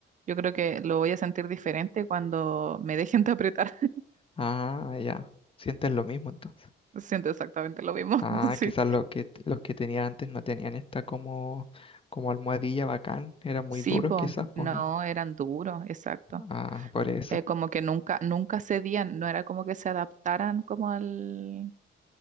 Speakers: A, on the right (about 40°); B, on the left (about 25°).
A: Yo creo que lo voy a sentir diferente cuando me dejen de apretar. <laughs>
B: ah, ya, sientes lo mismo entonces.
A: Siento exactamente lo mismo.
B: Ah,
A: <laughs> Sí.
B: quizás los que, los que tenía antes no tenían esta como, como almohadilla bacán, eran muy
A: Sí,
B: duros
A: po,
B: quizás, pues
A: no,
B: no.
A: eran duros, exacto.
B: Ah, por eso.
A: Eh, como que nunca, nunca cedían, no era como que se adaptaran como al,